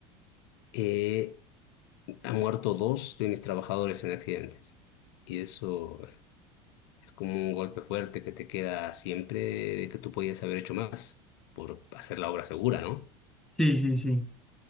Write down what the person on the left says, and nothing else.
eh, han muerto dos de mis trabajadores en accidentes. Y eso Es como un golpe fuerte que te queda siempre de que tú podías haber hecho más por hacer la obra segura, ¿no?